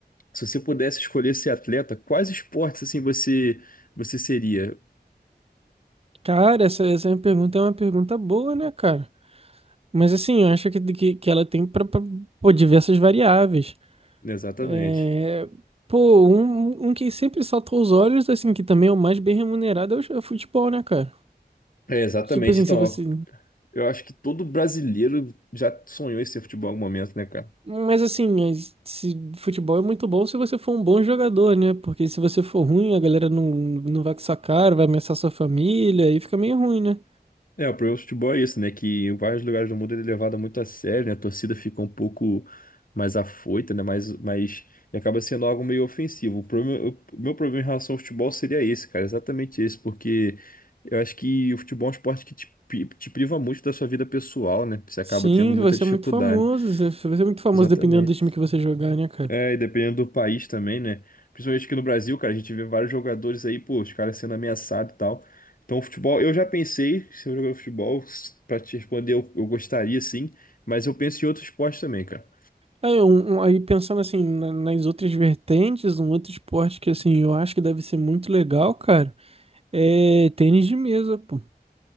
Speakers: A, on the left (about 55°); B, on the right (about 35°).
A: se você pudesse escolher ser atleta, quais esportes, assim, você, você seria?
B: Cara, essa, essa minha pergunta é uma pergunta boa, né, cara? Mas assim, eu acho que, que, que ela tem para diversas variáveis.
A: Exatamente.
B: É, Pô, um, um que sempre salta aos olhos, assim, que também é o mais bem remunerado é o, é o futebol, né, cara?
A: É, exatamente.
B: Tipo assim,
A: Então,
B: se você.
A: ó, Eu acho que todo brasileiro já sonhou em ser futebol em algum momento, né, cara?
B: Mas assim, as- se futebol é muito bom se você for um bom jogador, né? Porque se você for ruim, a galera não, não vai com sua cara, vai ameaçar sua família, aí fica meio ruim, né?
A: É, o problema do futebol é isso, né? Que em vários lugares do mundo ele é levado muito a sério, né? A torcida fica um pouco mais afoita, né? Mais, mais... E acaba sendo algo meio ofensivo. O problema, o meu problema em relação ao futebol seria esse, cara. Exatamente esse, porque eu acho que o futebol é um esporte que te, pi- te priva muito da sua vida pessoal, né? Você acaba
B: Sim,
A: tendo muita
B: que vai ser
A: dificuldade.
B: muito famoso. Você você vai ser muito famoso
A: Exatamente.
B: dependendo do time que você jogar, né, cara?
A: É, e dependendo do país também, né? Principalmente aqui no Brasil, cara, a gente vê vários jogadores aí, pô, os caras sendo ameaçados e tal. Então, o futebol, eu já pensei, que se eu jogar futebol, s- pra te responder, eu, eu gostaria sim, mas eu penso em outros esportes também, cara.
B: Aí, um- um- aí pensando assim, na- nas outras vertentes, um outro esporte que assim, eu acho que deve ser muito legal, cara, é tênis de mesa, pô.